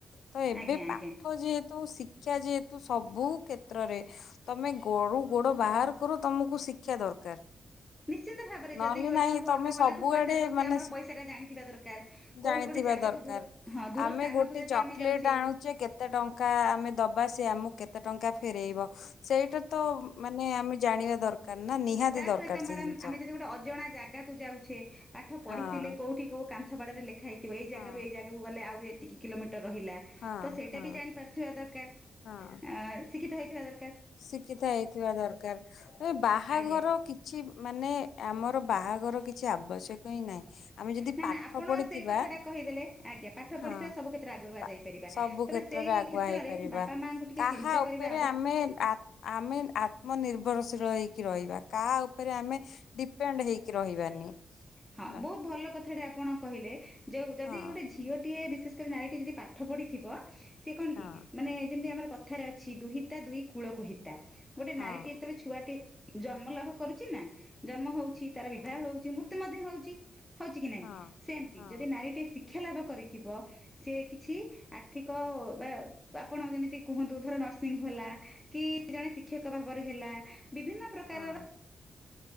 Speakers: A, on the left (about 85°); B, in the centre.
A: ତ ଏବେ
B: ଆଜ୍ଞା ଆଜ୍ଞା
A: ପାଠ ଯେହେତ ତ ଶିକ୍ଷା ଯେହେତୁ ସବୁ କ୍ଷେତ୍ରରେ ତମେ ଗରୁ ଗୋଡ ବାହାର କର ତମକୁ ଶିକ୍ଷା ଦରକାର
B: ନିଶ୍ଚିନ୍ତ ଭାବରେ
A: ନହେଲେ
B: ଯଦି
A: ନାଇଁ
B: ଜଣଙ୍କୁ
A: ତମେ
B: ଅଟୋ ବାଲାକୁ
A: ସବୁଆଡେ
B: ପଇସା ଦଉଛେ
A: ମାନେ
B: ଆମର ପଇସା ଟା ଜାଣିଥିବା ଦରକାର
A: ଜାଣିଥିବା
B: କୋଉଠି ଗୋଟେ ଜାଗାକୁ
A: ଦରକାର।
B: ଦୂର ହଁ ଦୂର
A: ଆମେ
B: ସ୍ଥାନକୁ
A: ଗୋଟେ
B: ଯଦି
A: ଚକୋଲେଟ
B: ଆମେ ଯାଉଛେ
A: ଆଣୁଛେ କେତେ ଟଙ୍କା ଆମେ ଦବା ସେ ଆମକୁ କେତେ ଟଙ୍କା ଫେରଇବ ସେଇଟା ତ ନାଇଁ ଆମେ ଜାଣିବା ଦରକାର ନା ନିହାତି
B: ତା
A: ଦରକାର
B: ସହିତ ମ୍ୟାଡାାମ
A: ସେ ଜିନିଷ।
B: ଆମେ ଯଦି ଗୋଟେ ଅଜଣା ଜାଗାକୁ ଯାଉଛେ ପାଖ ପାଠ
A: ହଁ
B: ପଢିଥିଲେ କୋଉଠି କଉ କନ୍ଥବାଡ ଲେଖ ଖାଇଥିବ ଏଇ
A: ହଁ
B: ଜାଗାରୁ ଏଇାଗାକୁ ଗଲେ ଆହୁ କିିଲୋମିଟର। ରହିଲା
A: ହଁ
B: ତ ସେଇଟା
A: ହଁ
B: ବି ଜାଣି ପାରୁଥିବା ଦରକାର।
A: ହଁ
B: ଶିକ୍ିତଥଥିବା।
A: ଶିକ୍ଷିତ ହେଇଥିବା ଦରକାର ଏ ବା ବାହାଘର
B: ଆଜ୍ଞା
A: କିଛି ମାନେ ଆମର ମୋର ବାହାଘର କିଛି ଆବଶ୍ୟକ ହିଁ ନାହିଁ। ଆମେ ଯଦି
B: ନା
A: ପାଠ
B: ନା ଆପଣ
A: ପଢିଥିବା
B: ସେଇ କଥାଟା କହିଦେଲେ ଆଜ୍ଞା ପାଠ
A: ହଁ
B: ପଢ଼ିଥିବା ସବୁ କ୍ଷେତ୍ରରେ ଆଗୁ କୁହାଯାଇପାରିବା
A: ପା ସବୁ
B: ତେବେ
A: କ୍ଷେତ୍ରରେ
B: ସେଇ
A: ଆଗୁଆ
B: କ୍ଷେତ୍ରରେ
A: ହେଇପାରିବା।
B: ବାପା ମାଙ୍କୁ ଟିକେ
A: କାହା
B: ଚିନ୍ତା
A: ଉପରେ
B: କରିବା।
A: ଆମେ ଆ ଆମେ ଆତ୍ମନିର୍ଭରଶୀଳ ହେଇକି ରହିବା। କାହା ଉପରେ ଆମେ ଡିପେଣ୍ଡ ହେଇକ ରହିବାନି।
B: ହଁ
A: ହେଲା
B: ବହୁତ ଭଲ କଥା। ଏଥାରେ ଆପଣ କହିଲେ ଯୋଉ ଯଦି
A: ହଁ
B: ଗୋଟେ ଝିଅଟିଏ ବିଶେଷ କରି ନାରୀଟି ଯଦି ପାଠ ପଢ଼ିଥିବ। ସେ କଣ
A: ହଁ
B: କି ମାନେ ଯେମିତି ଆମର କଥାରେ ଅଛି ଦୁହିତା ଦୁଇ କୂଳକହିତା। ଗୋଟେ
A: ହଁ
B: ନାରୀଟି ଯେତେବେଳେ ଛୁଆଟି ଜନ୍ମ ଲାଭ କରୁଛି ନା ଜନ୍ମ ହଉଛି। ତାର
A: ହଁ
B: ବିବାହ ହଉଛି ମୁ ବ ହଉଛି ହଉଛି କି ନାଇଁ
A: ହଁ
B: ସେମିତି
A: ହଁ
B: ଯଦି ନାରୀଟିଏ ଶ ଶିକ୍ଷା ଲାଭ କରିଥିବ ସେ କିଛି ଆର୍ଥିକ ବା ଆପଣ ଯେମିତି କୁହନ୍ତୁ ଧର ନର୍ସିଂ ହେଲା କି ଜଣେ ଶିକ୍ଷକ ଭାବରେ ହେଲା। ବିଭିନ୍ନ ପ୍ରକାରର
A: ହଁ